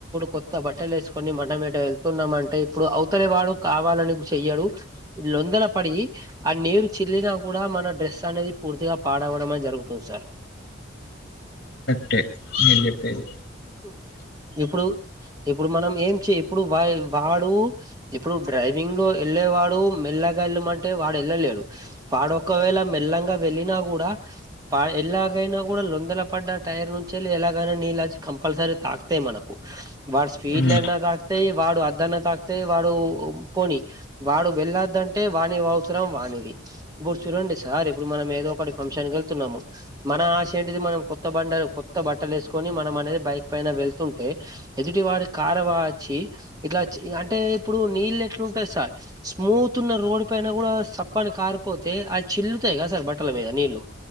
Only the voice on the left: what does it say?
కరెక్టే మీరు చెప్పేది
ఉమ్.